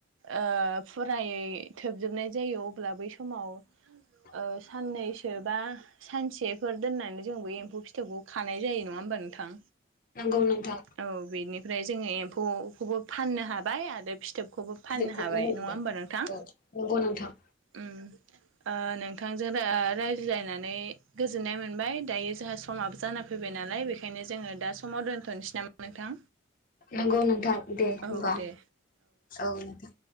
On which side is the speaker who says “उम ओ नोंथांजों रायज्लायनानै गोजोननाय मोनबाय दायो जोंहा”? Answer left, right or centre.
Right